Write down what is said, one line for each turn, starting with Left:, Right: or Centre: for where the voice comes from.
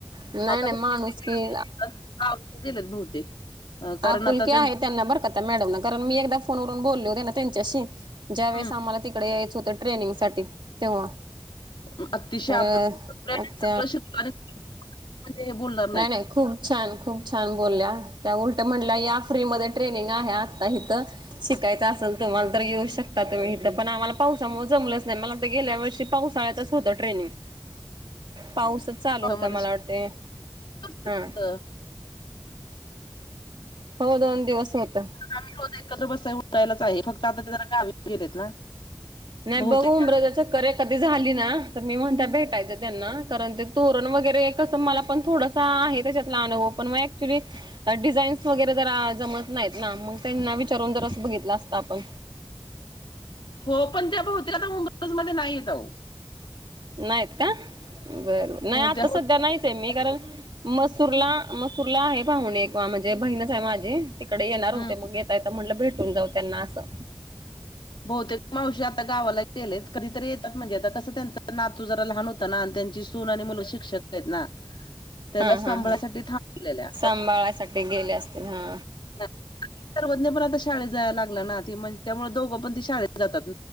Right: नाही
Left: आता
Right: नाही
Left: बघ.
Right: माणूस
Left: <inaudible> <unintelligible>
Right: की
Left: गेलत बहुतेक. अ कारण
Right: आ पुलके
Left: आता त्यां
Right: आहे त्यांना बरं का ते मॅडमना मी एकदा फोनवरून बोलले होते ना त्यांच्यासी ज्या वळेस
Left: हं
Right: आम्हाला तिकडे यायचं होतं ट्रेनिंग साठी तेव्हा
Left: <unintelligible>
Right: तर त्या नाही नाही खूम छान खूप छान बोलल्या त्या उलट म्हणल्या या फ्री मध्ये ट्रेनिंग आहे आता हिथं शिकायचं असेल तुम्हाला तर येऊ शकता तुम्ही हिथं पण आम्हाला पावसामुळे जमलच नाही मला तर गेल्या वर्षी पावसाळ्यातच होता ट्रेनिंग पाऊसच चालू
Left: त्यामध्येच
Right: होता मला वाटते
Left: <unintelligible>
Right: हा हो दोन दिवस होत
Left: आम्ही रोज एकत्र बसाय उठायलाच आहे फक्त आता ते जरा गावी गेले आहेत ना
Right: नाही
Left: बहुतेक
Right: बघ उमराजा चक्करे कधी झाली ना तर मी म्हणत्यात भेटायचं त्यांना. कारण ते तोरण वगैरे कसं मला पण थोडसा आहे त्याच्यातला अनुभव पण म ऍक्च्युली तर डिझाईन्स वगैरे जरा जमत नाहीत ना मग त्यांना विचारून जर असं बघितलं असता आपण.
Left: हो पण त्या बहुतेक आता मुंबई <unintelligible> मध्ये नाही येताव.
Right: नाहीत का बरं नाही आता
Left: त्या बहुतेक
Right: सध्या नाहीच आहे मी कारण मसूरला मसूरला आहे पाहून एक म्हणजे बहीणच आहे माझी तिकडे येणार होते
Left: हं.
Right: मगे ते आता म्हटलं भेटून जाऊ त्यांना असं.
Left: बहुतेक मावशी आता गावाला गेलेत कधीतरी येतात म्हणजे आता कसं त्यांच नातू जरा लहान होता ना आणि त्यांची सू सून आणि मुलं शिक्षक आहेत ना. त्याला
Right: हा
Left: सांभाळायसाठी
Right: हा हा
Left: थांबलेल्या
Right: सांभाळासाठी गेले असतील हा.
Left: ना सर्वज्ञ पण आता शाळेत जायला लागला ना ती म्हण त्यामुळे दोघं पण ते शाळेत जातात